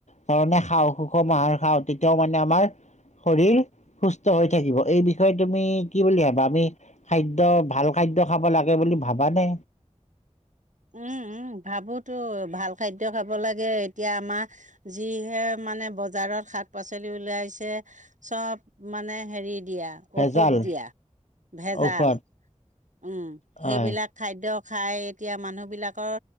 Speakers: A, on the left (about 65°); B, on the right (about 80°).
A: ধৰণে খাওঁ সুষম আহাৰ খাওঁ তেতিয়াও মানে আমাৰ শৰীৰ সুস্থ হৈ থাকিব এই বিষয়ে তুমি কি বুলি ভাবা আমি খাদ্য ভাল খাদ্য খাব লাগে বুলি ভাবানে
B: উম উম ভাবোতো ভাল খাদ্য খাব লাগে এতিয়া আমাৰ যিহে মানে বজাৰত শাক-পাচলি উওলাইছে চব মানে হেৰিত
A: ভেজাল
B: ঔষধ দিয়া ভেজাল
A: ঔষধ
B: উম
A: হয়
B: সেইবিলাক খাদ খাই এতিয়া মানুহবিলাকৰ